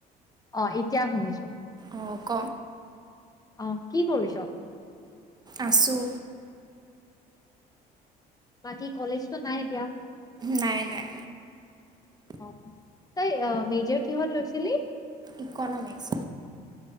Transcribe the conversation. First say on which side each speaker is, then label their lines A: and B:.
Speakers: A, on the left (about 20°); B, on the right (about 25°).
A: অহ এতিয়া শুনিছোঁ।
B: অহ ক।
A: অহ কি কৰিছ।
B: আছোঁ।
A: বাকী কলেজটো নাই এতিয়া।
B: নাই নাই।
A: অহ তই অহ মেজৰ কিহত লৈছিলি।
B: ইকনমিক্স।